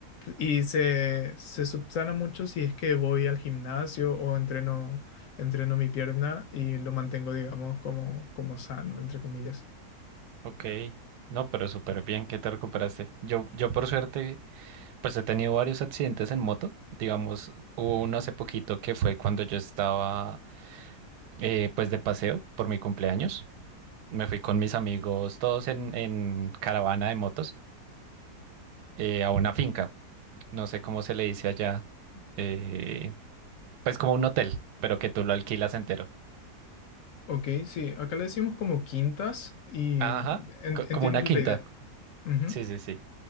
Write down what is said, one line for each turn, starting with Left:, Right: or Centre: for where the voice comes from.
Left: Y se, se subsana mucho si es que voy al gimnasio o entreno, entreno mi pierna y lo mantengo, digamos, como, como sano, entre comillas.
Right: Ok, no, pero súper bien que te recuperaste. Yo, yo por suerte, pues he tenido varios accidentes en moto. Digamos, hubo uno hace poquito que fue cuando yo estaba eh, pues de paseo por mi cumpleaños. Me fui con mis amigos, todos en, en caravana de motos, eh, a una finca. No sé cómo se le dice allá. eh, Pues como un hotel, pero que tú lo alquilas entero.
Left: Ok, sí, acá le decimos como quintas y
Right: Ajá,
Left: en-
Right: co-
Left: entiendo
Right: como una quinta.
Left: la idea. Ujú,
Right: Sí, sí, sí.